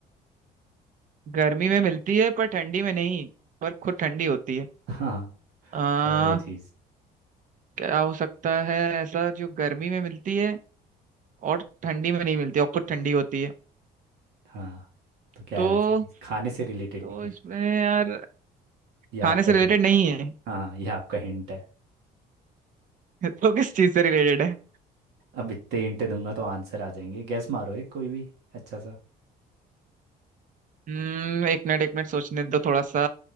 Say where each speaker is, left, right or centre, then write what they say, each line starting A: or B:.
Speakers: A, on the right; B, on the right.
A: गर्मी में मिलती है पर ठंडी में नहीं पर खुद ठंडी होती है
B: <laughs> हाँ
A: आ,
B: क्या है वो चीज़
A: क्या हो सकता है ऐसा जो गर्मी में मिलती है और ठंडी में नहीं मिलती और खुद ठंडी होती है
B: हाँ तो क्या
A: तो
B: है वैसी चीज़ खाने से रिलेटेड
A: तो
B: नहीं है
A: इसमें यार
B: ये
A: खाने
B: आपका
A: से रिलेटेड
B: हिंट
A: नहीं है
B: हाँ ये आपका हिंट है
A: <laughs> तो किस चीज से रिलेटेड है
B: अब इतने हिंट दूंगा तो आंसर आ जाएंगे गैस मारो एक कोई भी अच्छा सा
A: हम्म एक मिनट एक मिनट सोचने दो थोड़ा सा